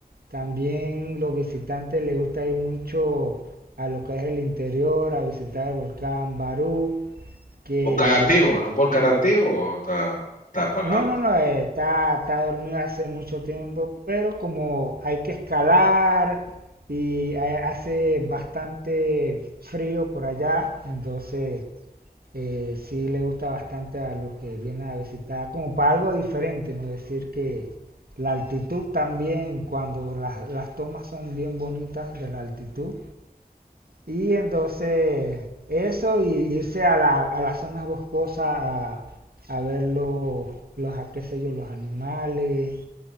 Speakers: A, on the right; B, on the left.
A: también los visitantes les gusta ir mucho a lo que es el interior, a visitar el volcán Barú, que
B: ¿Volcán activo? ¿Es un volcán activo o está, está apagado?
A: No, no, no, eh, está, está dormido hace mucho tiempo, pero como hay que escalar y ha- hace bastante frío por allá, entonces eh, sí le gusta bastante a los que vienen a visitar, como para algo diferente, ¿no? Decir que la altitud también, cuando las, las tomas son bien bonitas de la altitud, y entonces eso y irse a la, a las zonas boscosas a, a ver los, los, a qué sé yo, los animales,